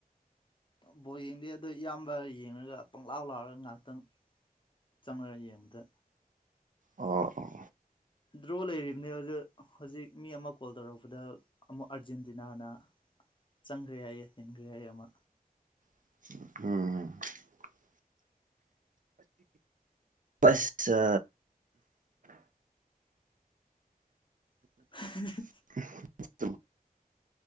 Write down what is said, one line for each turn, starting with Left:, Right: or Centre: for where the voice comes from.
Left: ꯕꯣ ꯌꯦꯡꯗꯦ ꯑꯗꯣ ꯏꯌꯥꯝꯕ ꯌꯦꯡꯉꯒ ꯄꯪꯂꯪꯂꯥꯎ ꯂꯥꯎꯔꯒ ꯉꯥꯏꯍꯥꯛꯇꯪ ꯆꯪꯉꯛꯒ ꯌꯦꯡꯕꯗ
Right: ꯑꯣ ꯑꯣ
Left: ꯗ꯭ꯔꯣ ꯂꯩꯔꯤꯕꯅꯦ ꯍꯧꯖꯤ ꯍꯧꯖꯤꯛ ꯃꯤ ꯑꯃ ꯀꯣꯜ ꯇꯧꯔꯛꯄꯗ ꯑꯃꯨꯛ ꯑꯥꯔꯖꯦꯟꯇꯤꯅꯥꯅ ꯆꯪꯈ꯭ꯔꯦ ꯌꯥꯏ ꯍꯦꯟꯈ꯭ꯔꯦ ꯌꯥꯏ ꯑꯃ
Right: ꯎꯝꯝ ꯑꯁ
Left: <unintelligible>
Right: <unintelligible>